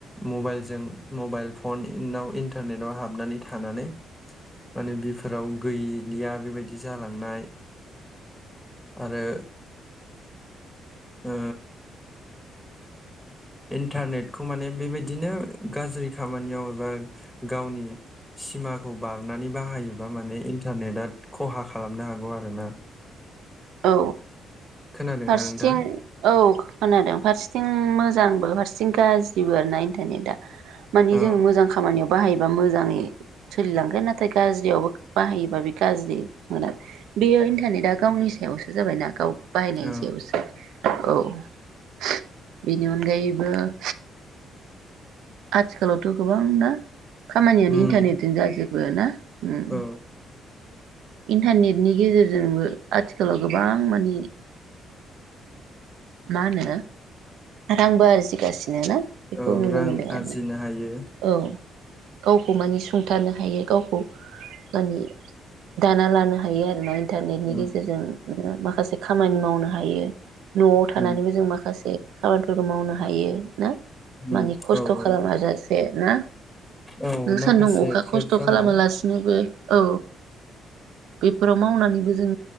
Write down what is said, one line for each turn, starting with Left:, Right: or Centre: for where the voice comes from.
Centre: मबाइलजों मबाइल फनाव इन्टारनेटाव हाबनानै थानानै माने बिफोराव गैलिया बेबायदि जालांनाय आरो ओ इन्टारनेटखौ माने बेबायदिनो गाज्रि खामानियाव एबा गावनि सिमाखौ बारनानै बाहायोबा माने इन्टारनेटआ खहा खालामनो हागौ आरोना
Right: औ
Centre: खोनादोंना
Right: फारसेथिं
Centre: नोंथां
Right: औ खोनादों फारसेथिं मोजांबो फारसे थिंबो गाज्रिबो आरोना इन्टारनेटआ मानि
Centre: औ
Right: जों मोजां खामानियाव बाहायोबा मोजाङै सोलिलांगोन नाथाय गाज्रियावबो बाहायोबा बे गाज्रिन आरो बेयो इन्टारनेटआ गावनि सायावसो जाबायना गाव बाहायनायनि
Centre: औ
Right: सायावसो औ <unintelligible> बेनि अनगायैबो <unintelligible> आथिखालावथ' गोबां ना खामानियानो
Centre: उम
Right: इन्टारनेटजों जाजोब बो ना उम
Centre: औ
Right: इन्टारनेटनि गेजेरजोंबो आथिखालाव गोबां मानि मा होनो रांबो आरोजिगासि <inaudible> बेखौ
Centre: औ
Right: नुनो
Centre: रां
Right: मोनदों आरो
Centre: आरजिनो
Right: ना
Centre: हायो
Right: औ गावखौ मानि सुंथानो हायो गावखौ <inaudible> दाना लानो हायो आरोना नों इन्टारनेटनि
Centre: ओं
Right: गेजेरजों माखासे खामानि मावनो हायो न'आव थानानैबो
Centre: उम
Right: जों माखासे खामानिफोरखौ मावनो हायो ना
Centre: उम
Right: मानिे खस्थ'
Centre: औ औ
Right: खालामो आरो ज ना
Centre: औ
Right: नों
Centre: माखासे
Right: सान्दुं अखा
Centre: प्लेटफर्माव
Right: खस्थ' खालामालासिनोबो औ बेफोराव मावनानैबो जों